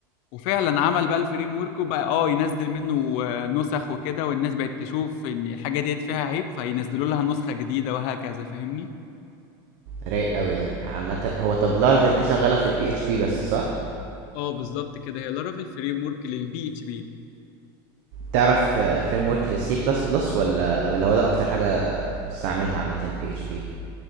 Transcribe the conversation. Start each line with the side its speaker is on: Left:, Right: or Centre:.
Left: وفعلا عمل بقى الفريم ورك وبقى اه ينزل منه آه، نسخ وكده والناس بقت تشوف ان الحاجة ديت فيها عيب فينزلوا لها نسخة جديدة وهكذا فاهمني
Right: رايق قوي ده عامه هو طب لارفل دي شغاله في البي اتش بي بس صح
Left: اه بالظبط كده هي لارافيل فريم ورك للبي اتش بي
Right: تعرف فريم ورك للسي بلس بلس ولا ولا هو ده اكتر حاجه بتستعملها عامه البي اتش بي